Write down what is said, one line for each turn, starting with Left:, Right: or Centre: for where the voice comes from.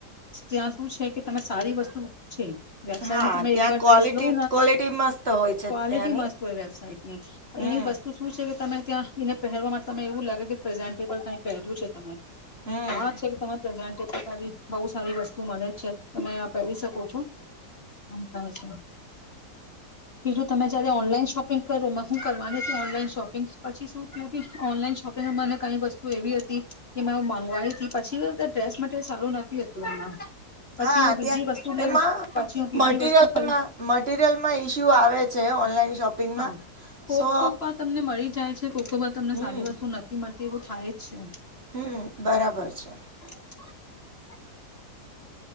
Left: ત્યાં શું છે કે તમે સારી વસ્તુ છે વેબસાઇટમાં
Right: હા
Left: તમે
Right: ત્યાં
Left: એકબર ડ્રેસ
Right: ક્વોલિટી
Left: લવ
Right: ક્વોલિટી મસ્ત હોય છે
Left: ક્વોલિટી
Right: ત્યાંની
Left: મસ્ત હોય વેબસાઇટ ની એની
Right: હમ
Left: વસ્તુ શું છે કે તમે ત્યાં એને પહેરવા માટે તમે એવું લાગે કે પ્રેઝન્ટેબલ કંઈ પહેર્યું છે તમે
Right: હમ
Left: હા છે કે તમામે પ્રેઝન્ટ આવી બહુ સારી વસ્તુ મલે છે તમે આ પહેરી શકો છો આમ થાય છે બીજું તમે જયારે ઓનલાઈન શોપિંગ કરો શું કરવાની હતી ઓનલાઈન શોપિંગ પછી શું થયું ઓનલાઈન શોપિંગને કઈ વસ્તુ એવી હતી કે મેં વાય હતી પછી ડ્રેસ મટરિયલ સારું નથી હતું એમાં પછી
Right: હા
Left: હું બીજી
Right: ત્યાં
Left: વસ્તુ લેવી
Right: એમાં
Left: પછી હું બીજી
Right: મટીરિયલમાં
Left: વસ્તુ ખરી
Right: મટીરિયલમાં ઈસ્યુ આવે છે ઓનલાઈન શોપિંગમાં
Left: હા કોક
Right: સો
Left: કોક વા તમને મળ જાય છે તમને
Right: હમ
Left: સારી વસ્તુ નથી મળ તેવું થાય જ છે.
Right: હમ બરાબર છે.
Left: <inaudible>